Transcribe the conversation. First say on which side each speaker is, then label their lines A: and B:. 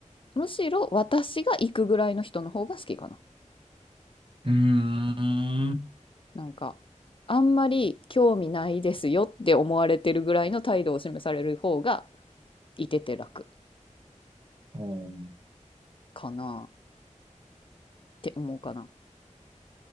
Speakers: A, on the left; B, on the right.
A: むしろ私が行くぐらいの人の方が好きかな。
B: うーん。
A: なんか、あんまり興味ないですよって思われてるぐらいの態度を示される方がいてて楽
B: あー
A: かなって思うかな。